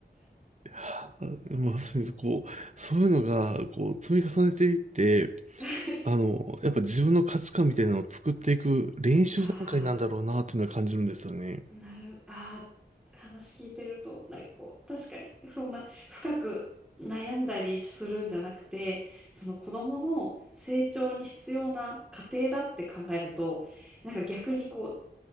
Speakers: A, on the right (about 40°); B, in the centre.
A: あまさにこう、そういうのが、こう、積み重ねていって、
B: たい
A: あの、やっぱ自分の価値観みたいなのを作っていく練習段階なんだろうな、
B: な。うわー
A: っていうのは感じるんですよね。
B: なる、ああ、話聞いてると、なんかこう、確かに、そんな深く悩んだりするんじゃなくて、その子供の成長に必要な過程だって考えると、なんか逆にこ